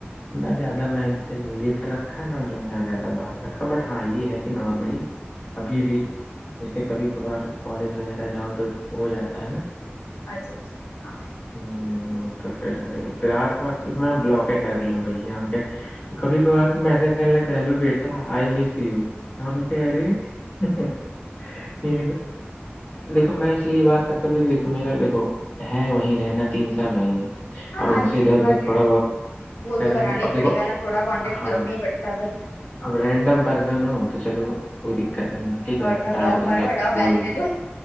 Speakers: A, on the left; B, on the left.
A: نہ زیادہ مینسل لفٹ رکھا نہ زیادہ بات رکھا بٹ ہاں یہ ہے کہ نارملی ابھی بھی جیسے کبھی کبھار کالج وغیرہ جاؤ تو ہو جاتا ہے نا
B: اچھا اچھا ہاں
A: ہ تو پھر وہی پھر آج کے بعد پھر میں بلاک کر دیا بھائی ہم کے کبھی کبھار میسج کرنے لگتا ہلو بیٹا آئی مس یو ہم کہ رہے دیکھو میں اس لیے بات کرتا تھا کہ دیکھو میرا دیکھو ہے وہیں رہنا تین سال وہیں ہے
B: ہاں
A: اب
B: ہاں
A: ان
B: نہیں
A: سے
B: صحیح
A: ا دھر ادھر
B: بات
A: تھوڑا
B: ہے آپ
A: بہت
B: وہ
A: کریں
B: تو بنانا
A: گے اب
B: ہی
A: دیکھو
B: پڑے گا نا تھوڑا کانٹیکٹ
A: ہاں
B: تو رکھنا ہی پڑتا بھائی
A: اب رینڈم پرسن ہو تو چلو کوئی دقت نہیں ہے ٹھیک ہے
B: اور کیا
A: ڈانٹ
B: بلاک
A: دو
B: مارو
A: یا
B: ہٹاؤ
A: کچھ بول
B: گالی
A: دو
B: دے